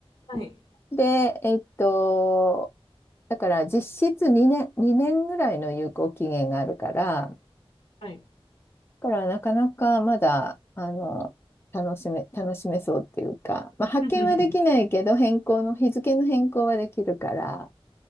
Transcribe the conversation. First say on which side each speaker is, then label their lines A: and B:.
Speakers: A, on the left; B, on the left.
A: はい。
B: で、えっと、だから実質2年、2年ぐらいの有効期限があるから、だ
A: はい。
B: からなかなかまだ、あの、楽しめ、楽しめそうっていうか、まあ、発遣はできないけど、
A: <laughs> うん
B: 変更の、日付の変更はできるから、